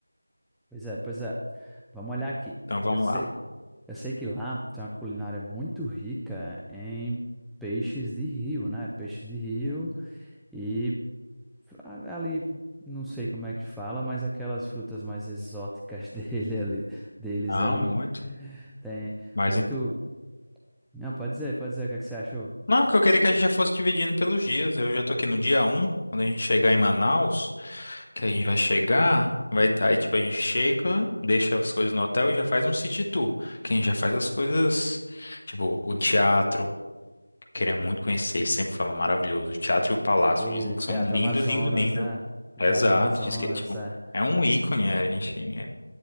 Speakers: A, in the centre; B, on the left.
A: Pois é, pois é. Vamos olhar aqui.
B: Então, vamos
A: Eu sei,
B: lá.
A: eu sei que lá tem uma culinária muito rica em peixes de rio, né? Peixes de rio e a- ali, não sei como é que fala, mas aquelas frutas mais exóticas <laughs> dele ali, deles
B: Ah,
A: ali.
B: muito.
A: Tem
B: Mas,
A: muito.
B: ent-
A: Não, pode dizer, pode dizer o que é que você achou?
B: não, que eu queria é que a gente já fosse dividindo pelos dias. Eu já tô aqui no dia um quando a gente chegar em Manaus, que a gente vai chegar, vai, aí tipo a gente chega, deixa as coisas no hotel e já faz um city tour, que a gente já faz as coisas, tipo, o teatro, Queria muito conhecer, ele sempre fala maravilhoso. O teatro e o palácio
A: O
B: dizem que
A: Teatro
B: são lindo,
A: Amazonas,
B: lindo, lindo.
A: né? O
B: Exato,
A: Teatro Amazonas,
B: diz que é tipo,
A: é.
B: é um ícone, é, a gente é,